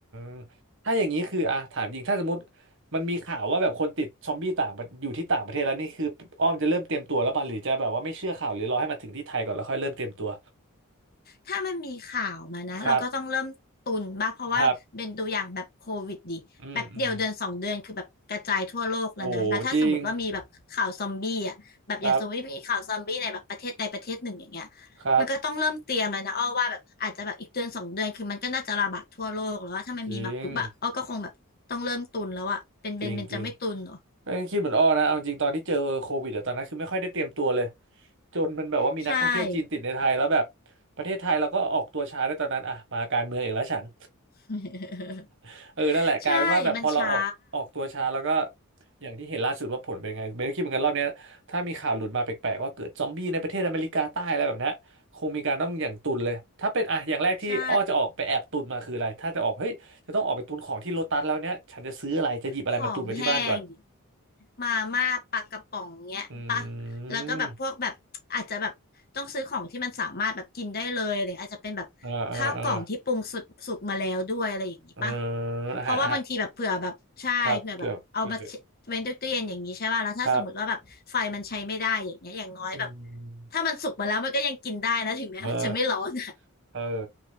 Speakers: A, on the right (about 60°); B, on the left (about 45°).
A: อถ้าอย่างนี้คืออ่ะถามจริงถ้าสมมติมันมีข่าวว่าแบบคนติดซอมบี้ต่างประอยู่ที่ต่างประเทศแล้วนี่คืออ้อมจะเริ่มเตรียมตัวแล้วป่ะหรือจะแบบว่าไม่เชื่อข่าวหรือรอให้มาถึงที่ไทยก่อนแล้วค่อยเริ่มเตรียมตัว
B: ถ้ามันมีข่าวมานะเราก็ต้องเริ่มตุนบ้างเพราะว่าเป็นตัวอย่างแบบโควิดดิแป๊บเดียวเดือนสองเดือนคือแบบกระจายทั่วโลกแล้วนะแล้วถ้าสมมติว่ามีแบบข่าวซอมบี้อ่ะแบบอย่างสมมติมีข่าวซอมบี้ในแบบประเทศใดประเทศหนึ่งอย่างเงี้ย
A: ครับครับอืมอืมโอ้จริงครับครับ
B: มันก็ต้องเริ่มเตรียมแล้วนะอ้อว่าแบบอาจจะแบบอีกเดือนสองเดือนคือมันก็น่าจะระบาดทั่วโลกแล้วว่าถ้ามันมีมาปุ๊บอะอ้อก็คงแบบต้องเริ่มตุนแล้วอะเป็นเบนเบนจะไม่ตุนเหรอ
A: จริงจริงจริง เอ้คิดเหมือนอ้อนะเอาจริงตอนที่เจอโควิดอะตอนนั้นคือไม่ค่อยได้เตรียมตัวเลยจนมันแบบว่ามีนักท่องเที่ยวจีนติดในไทยแล้วแบบ
B: ใช่
A: ประเทศไทยเราก็ออกตัวช้าด้วยตอนนั้นอ่ะมาการเมืองอีกแล้วฉัน
B: <laughs>
A: <laughs> เออนั่นแหละกลายเป็นว่าแบบพอเราออกออกตัวช้าแล้วก็
B: ใช่มันช้า
A: อย่างที่เห็นล่าสุดว่าผลเป็นไงไม่ได้คิดเหมือนกันรอบเนี้ยถ้ามีข่าวหลุดมาแปลกๆว่าเกิดซอมบี้ในประเทศอเมริกาใต้อะไรแบบเนี้ยคงมีการต้องอย่างตุนเลยถ้าเป็นอ่ะอย่างแรกที่อ้อจะออกไปแอบตุนมาคืออะไรถ้าจะออกเฮ้ยจะต้องออกไปตุนของที่โลตัสแล้วเนี้ยฉันจะซื้ออะไรจะหยิบอะไรมาตุนไว้ที่บ้านก่อน
B: ใช่ ของแห้งดิมาม่าปลากระป๋องเงี้ยปะ
A: อืม
B: แล้วก็แบบพวกแบบอาจจะแบบต้องซื้อของที่มันสามารถแบบกินได้เลยอะไรอาจจะเป็นแบบข้าวกล่องที่ปรุงสุกสุกมาแล้วด้วยอะไรอย่างนี้ปะ
A: เออเออเออเอออาหารอาหาร
B: เพราะว่าบางทีแบบเผื่อแบบใช่เผื่อแบบเอามา
A: ครับเผื่อเผื่อเผื่อ
B: เว้นตู้เย็นอย่างนี้ใช่ป่ะแล้วถ้าสมมติว่าแบบไฟมันใช้ไม่ได้อย่างเงี้ยอย่างน้อยแบบ
A: ครับอืม
B: ถ้ามันสุกมาแล้วมันก็ยังกินได้นะถึงแม้มันจะไม่ร้อนอะ
A: เออเออ